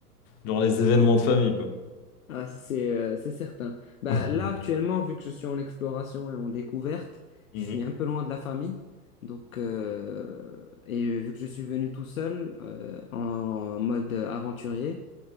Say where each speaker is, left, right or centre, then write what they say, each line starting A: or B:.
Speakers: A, on the left; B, on the left.
A: dans les événements de famille, quoi.
B: ah, c'est euh, c'est certain. Bah,
A: <laughs>
B: là, actuellement, vu que je suis en exploration et en découverte, je
A: Mhm.
B: suis un peu loin de la famille. Donc, euh, et euh, vu que je suis venu tout seul, euh, en mode aventurier,